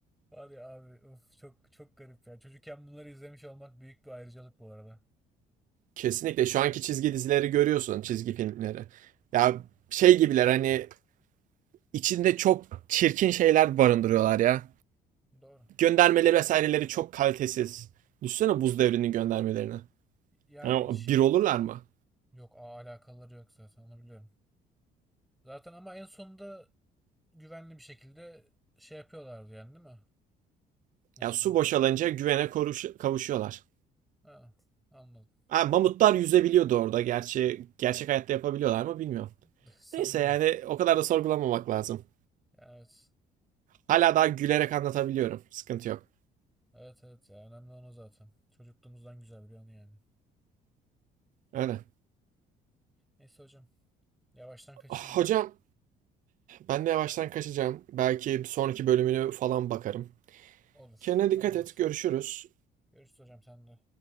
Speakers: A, in the centre; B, on the right.
A: Var ya abi of, çok çok garip ya. Çocukken bunları izlemiş olmak büyük bir ayrıcalık bu arada.
B: Kesinlikle şu anki çizgi dizileri görüyorsun, çizgi filmleri. Ya şey gibiler hani içinde çok çirkin şeyler barındırıyorlar ya.
A: Doğru.
B: Göndermeleri vesaireleri çok kalitesiz. Düşünsene buz devrinin göndermelerini.
A: Yani
B: Yani
A: şimdi
B: bir olurlar mı?
A: yok a alakaları yok zaten onu biliyorum. Zaten ama en sonunda güvenli bir şekilde şey yapıyorlardı yani değil mi? Nasıl
B: Ya su
A: diyeyim?
B: boşalınca güvene koruş kavuşuyorlar.
A: Ha, anladım.
B: Ha, mamutlar yüzebiliyordu orada. Gerçi gerçek hayatta yapabiliyorlar mı bilmiyorum.
A: <laughs> Sanmıyorum.
B: Neyse yani o kadar da sorgulamamak lazım.
A: Yani evet.
B: Hala daha gülerek anlatabiliyorum. Sıkıntı yok.
A: Evet evet ya önemli olan o zaten. Çocukluğumuzdan güzel bir anı yani.
B: Öyle.
A: Neyse hocam yavaştan kaçayım
B: Hocam
A: ben.
B: Ben de yavaştan kaçacağım. Belki sonraki bölümünü falan bakarım.
A: Olur
B: Kendine
A: tamamdır.
B: dikkat et. Görüşürüz.
A: Görüşürüz hocam sen de.